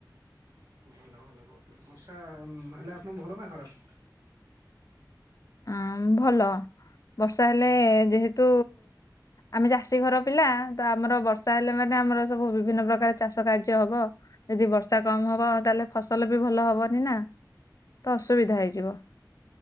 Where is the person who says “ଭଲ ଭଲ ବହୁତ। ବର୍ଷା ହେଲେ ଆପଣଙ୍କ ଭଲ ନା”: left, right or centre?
Right